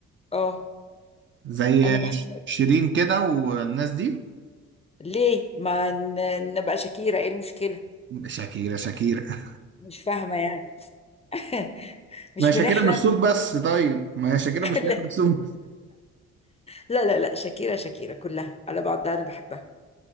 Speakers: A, on the left (about 20°); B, on the right (about 40°).
A: اه
B: زي
A: أنا بحب
B: ش- شيرين كده والناس دي
A: ليه ما ن- نبقى شاكيرة إيه المشكلة
B: شاكيرا شاكيرا <laughs>
A: مش فاهمة يعني <laughs> مش
B: ما هي
A: بنحلم
B: شاكيرا مش صوت بس طيب ما هي شاكيرا
A: <laughs>
B: مش
A: لا
B: لازم صوت
A: لا لا لا شاكيرا شاكيرا كلها على بعضها انا بحبها